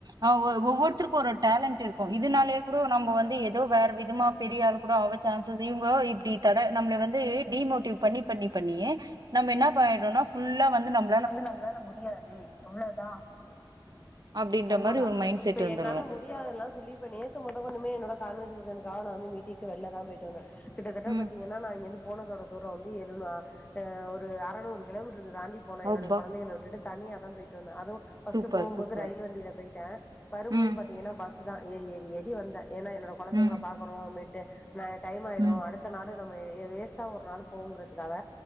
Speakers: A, on the right (about 50°); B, on the left (about 15°).
A: அ ஒ ஒவ்வொருத்தருக்கு ஒரு டேலண்டட் இருக்கு இதுனாலயே கூட நம்ப வந்து ஏதோ வேற விதமா பெரியாள் கூட ஆவ சான்ச இவுங்க இப்டி தடே நம்ளே வந்து டிமோட்டிவ் பண்ணி பண்ணி பண்ணியே நம்ம என்ன பயறோனா ஃபுல்லா வந்து நம்
B: வந்து நம்மளால முடியாது எவ்ளதா
A: அப்படின்ற
B: கண்டிப்பா
A: மாதிரி ஒரு மைண்ட்
B: இப்ப
A: செட் வந்துடுறோம்
B: என்னால மு இல்ல அதுல்லா சொல்லி இப்ப நேத்து மொதகொண்டுமே என்னோட கான்வசேஷனுக்காக நா வந்து மீட்டிக்கு வெள்ல தா போய்ட்டு வந்த கிட்டதட்ட
A: ம்
B: பாத்திங்கனா நா இங்கருந்து போனதோட தூரோ வந்து எழுந அ ஒரு அறநூறு கிலோமீட்ருக்கு தாண்டி போன என்னுடைய
A: அப்பா
B: கொழந்தைகல விட்டுட்டு தனியாதா போய்ட்டு வந்த அது ஃபஸ்ட்டு
A: சூப்பர்
B: போம்போது
A: சூப்பர்
B: ரயில் வண்டில போய்ட்டே வரும்போது
A: ம்
B: பாத்திங்கனா பஸ்ஸுதா ஏறி ஏறி ஏறி வந்த ஏனா என்னோட கொழந்தைங்கல
A: ம்
B: பாக்கனு அம்மென்ட்டு ந டைம் ஆய்டு
A: ம்
B: அடுத்த நாளு நம்ம எ வேஸ்டா ஒரு நாளு போகுறத்துக்காக